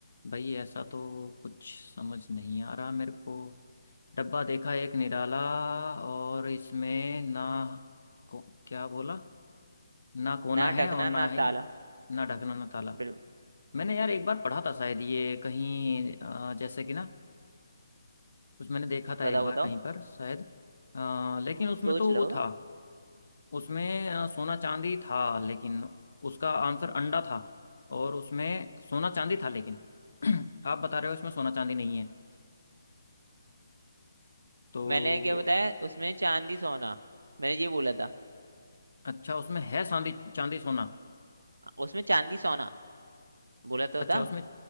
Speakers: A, on the left; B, on the right.
A: भाई ऐसा तो कुछ समझ नहीं आ रहा मेरे को डब्बा देखा एक निराला और इसमें ना को, क्या बोला ना कोना
B: ना
A: है
B: डकना
A: और ना
B: ना
A: ही
B: ताला
A: ना ढकना ना ताला
B: बिल्कुल
A: मैंने यार
B: हम्म
A: एक बार पढ़ा था शायद ये कहीं अ, जैसे कि ना कुछ मैंने देखा था
B: बताओ
A: एक बार
B: बताओ
A: कहीं पर शायद अ, लेकिन उसमें
B: सोच
A: तो वो
B: लो
A: था उसमें अ, सोना चांदी था लेकिन उसका आंसर अंडा था और उसमें सोना चांदी था लेकिन <clears throat> आप बता रहे हो इसमें सोना चांदी नहीं है तो
B: मैंने क्या बताया उसमें चांदी सोना मैंने ये बोला था
A: अच्छा उसमें है चांदी चांदी सोना
B: उसमें चांदी सोना बोला तो
A: अच्छा
B: था
A: उसमें